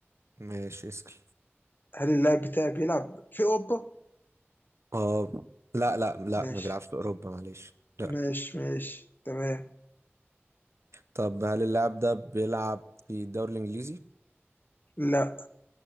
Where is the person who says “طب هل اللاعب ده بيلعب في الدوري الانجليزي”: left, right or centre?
Right